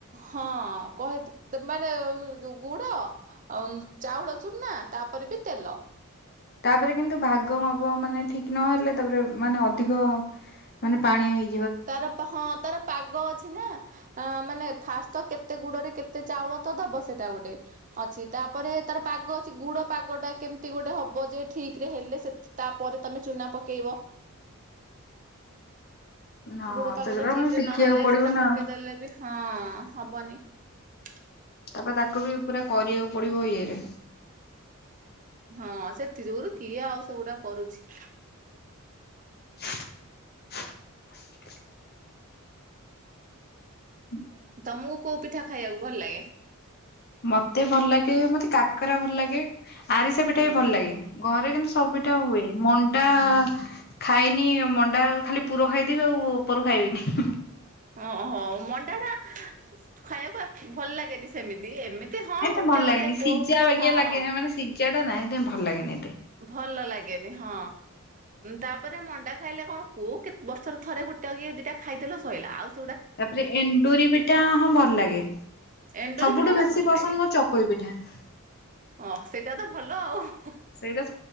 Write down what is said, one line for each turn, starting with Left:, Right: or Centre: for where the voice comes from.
Right: ହଁ କହେ ମାନେ ଯୋଉ ଗୁଡ ଆଉ ଚାଉଳ ଚୁନା ତାପରେ ବି ତେଲ ହଁ
Left: ତାପରେ କିନ୍ତୁ ଭାଗ ମାପ ମାନେ ଠିକ ନହଲେ ତାପରେ ମାନେ ଅଧିକ ମାନେ ପାଣିଆ ହେଇ
Right: ତାର ହଁ ତାର ପାଗ ଅଛି ନା ଅ ମାନେ ଫାଷ୍ଟ ତ କେତେ ଗୁଡରେ କେତେ ଚାଉଳ ତ ଦବ ସେଇଟା ଗୋଟେ ଅଛି ତାପରେ ତାର ପାଗ ଗୁଡ ପାଗ ଟା କେମିତି ଗୋଟେ ହବ ଯେ ଠିକ ରେ ହେଲେ ତାପରେ ତମେ ଚୁନା ପକେଇବ ।
Left: ହଁ
Right: ଗୁଡ ପାଗଟା
Left: ସେଗୁରା
Right: ଠିକ
Left: ମାନେ
Right: ରେ
Left: ଶିଖିବାକୁ
Right: ନହେଲେ
Left: ପଡିବ
Right: ଚୁନା
Left: ନା
Right: ପକେଇଦେଲେ
Left: ଆଉ
Right: ବି ହଁ ହବନି ।
Left: ତାପରେ ତାକୁ ବି ପୁରା କରିବାକୁ ପଡିବ ଇଏରେ
Right: ହଁ ସେଥି ଯୋଗୁଁ କିଏ ଆଉ ସେଗୁଡା କରୁଛି?
Left: <unintelligible> <unintelligible> ହୁଁ
Right: ତମକୁ କୋଉ ପିଠା ଖାଇବାକୁ ଭଲ ଲାଗେ?
Left: ମତେ ଭଲ ଲାଗେ ମତେ କାକରା ଭଲ ଲାଗେ । ଆରିସା ପିଠା
Right: ହଁ
Left: ବି ଭଲ ଲାଗେ ଘରେ କିନ୍ତୁ ସବୁଟା ହୁଏ ମଣ୍ଡା ଖାଇନି ମଣ୍ଡା ଖାଲି ପୁର ଖାଇଦେବି ଆଉ ଉପର ଖାଇବିନି ।
Right: ଓହୋ ମଣ୍ଡା ଟା ଖାଇବାକୁ ଭଲ ଲାଗେନି ସେମିତି ଏମିତି ହଁ
Left: ଏତେ
Right: ଗୋଟେ
Left: ଭଲ ଲାଗେନି
Right: ଅଧେ
Left: ସିଝା
Right: କୋଉ
Left: ବାଗିଆ
Right: ହଁ
Left: ଲାଗେ ମାନେ ସିଝା ସେଟା ନାଇଁ ଭଲ ଲାଗନି ଏତେ ।
Right: ଭଲ ଲାଗେନି ହଁ ତାପରେ ମଣ୍ଡା ଖାଇଲେ କଣ କୋଉ କେତେ ବର୍ଷର ଥରେ ଗୋଟେ କିଏ ଦିଟା ଖାଇଦେଲ ସଇଲା ଆଉ ।
Left: ତାପରେ ଏଣ୍ଡୁରି ପିଠା ହଁ ଭଲ ଲାଗେ
Right: ଏଣ୍ଡୁରି
Left: ସବୁଠୁ
Right: ପିଠା ଟା
Left: ବେଶୀ
Right: ଭଲ
Left: ପସନ୍ଦ
Right: ଲାଗେ
Left: ମୋ ଚକୁଳି ପିଠା ।
Right: ଅ ସେଇଟା ତ ଭଲ ଆଉ ।
Left: ସେଇଟା